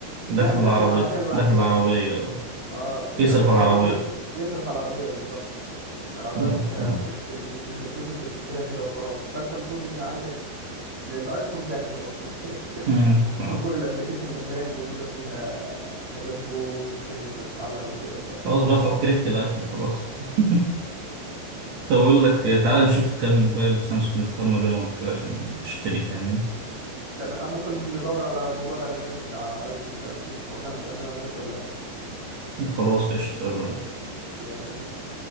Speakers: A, on the right; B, on the right.
A: دخل
B: لا دخل
A: العربية
B: العربية لوحده
A: دخل العربية
B: اه يعني
A: يصرف
B: انت
A: على
B: ما عندكش
A: العربية
B: دخل يصرف على العربيه بالظبط يعني العربيه
A: آه،
B: مش
A: فهمت
B: ه- مش بال... مش بالفلوس انت بتشتريها كده وخلاص فانت المفروض يبقى عندك للايفون دخل برضه <laughs> فاهم؟
A: أمم،
B: وخصوصا
A: فهمت
B: كل الابلكيشنز حاليا موجوده فيها حاجات برو محتاج انت تفعلها وكده ف
A: خلاص بقى خلاص كرهت الايفون خلاص <laughs> طب اقول لك آه، تعالى نشوف كم موبايل سامسونج نختار ما بينهم كده عشان اشتري فاهمني
B: تمام ممكن ندور على موضوع الاعلانات بتاع ايفون ده نشوف هما فعلا بيعملوا اعلانات ولا لا
A: خلاص قشطة يلا بينا.
B: يلا بينا